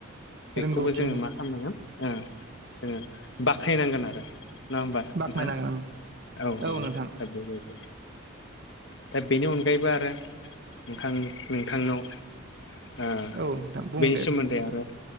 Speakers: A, on the left; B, on the right.
A: बेखौबो
B: रोंगौथि
A: जोङो
B: उम
A: मा खालामनांगोन ओ- ओ जोङो बाखोयनांगोन आरो। नङा होमबा नोंथां?
B: बाख्नायनांगोन उम
A: औ-औ
B: औ नोंथां
A: दा बेबायदि। दा बेनि अनगायैबो आरो नोंथां नोंथांनाव ओ
B: औ नोंथां बुं
A: बेनि
B: दे
A: सोमोन्दै
B: बुं नोंथां
A: आरो